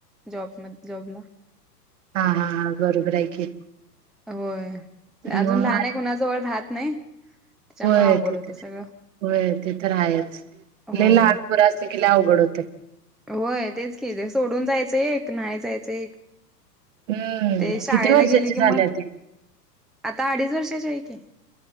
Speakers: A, in the centre; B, on the right.
A: जॉब म जॉबला.
B: हा हा हा बरोबर आहे की.
A: होय,
B: मग
A: अजून लहान आहे. कोणाजवळ राहत नाही. त्याच्यामुळे
B: होय,
A: अवघड
B: ते त,
A: होतं सगळं
B: होय ते तर आहेच.
A: हो.
B: लय लहान पोर असलं कि लय अवघड होतय.
A: व्हय तेच कि, जे सोडून जायचं एक, नाही जायचं एक.
B: हम्म
A: ते शाळेला
B: किती वर्षाची
A: गेले की मग
B: झाली आहे ती.
A: आता अडीच वर्षाची आहे की.